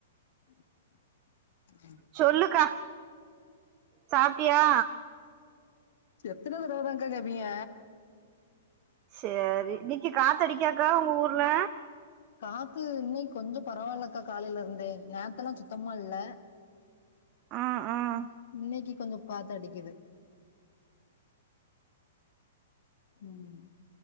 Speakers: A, on the left; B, on the right.
A: ம்
B: சொல்லுக்கா சாப்ட்டியா
A: எத்தன தடவ தான்கா கேப்பீங்க
B: சேரி இன்னைக்கி காத்து அடிக்காக்கா உங்க ஊர்ல
A: காத்து இன்னைக்கி கொஞ்சோ பரவாயில்லக்கா காலையில இருந்தே நேத்தெல்லா சுத்தமா இல்ல
B: ம் ம்
A: இன்னைக்கி கொஞ்சோ காத்தடிக்குது ம்